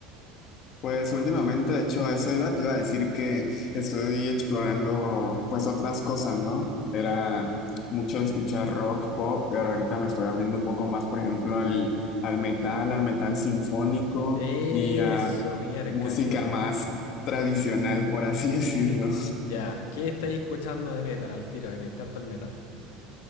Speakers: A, on the left; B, on the left.
A: Pues últimamente, de hecho, a eso iba, te iba a decir que estoy explorando pues otras cosas, ¿no? Era mucho de escuchar rock, pop, pero ahorita me estoy abriendo un poco más, por ejemplo, al, al metal, al metal sinfónico
B: Eso,
A: y a
B: miércoles.
A: música más tradicional, por así <laughs> decirlo.
B: Ya, ¿qué estáis escuchando de metal al tiro? Y me encanta el metal.